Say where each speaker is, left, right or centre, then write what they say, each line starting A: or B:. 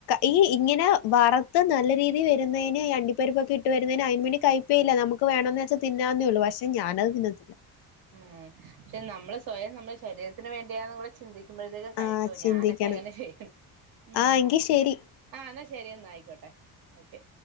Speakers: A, on the left; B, on the right.
A: ഈ ഇങ്ങനെ വറുത്ത് നല്ല രീതിയി വരുന്നതിന് ഈ അണ്ടിപ്പരിപ്പൊക്കെ ഇട്ട് വരുന്നതിന് അതിന് വേണ്ടി കൈ ഇപ്പ ഇല്ല നമുക്ക് വേണന്ന് വച്ചൽ തിന്നാവേള്ളൂ പക്ഷെ ഞാന അത് തിന്നത്തില്ല
B: ആഹ്‌ പക്ഷെ നമ്മള് സ്വയം നമ്മുടെ ശരീരത്തിനന് വേണ്ടിയാന്ന് കൂടെ ചിന്തിക്ക കിക്കുമ്പഴത്തേക്കും കഴിച്ചു
A: ആഹ് ചിന്തിക്കണം
B: ഞാനൊക്കെ അങ്ങനെ ചെയ്യണം ഉം
A: ആഹ് എങ്കി ശരി
B: ആഹ്‌ എന്നാൽ ശരിയാ ആയിക്കോട്ടെ ഓക്കെ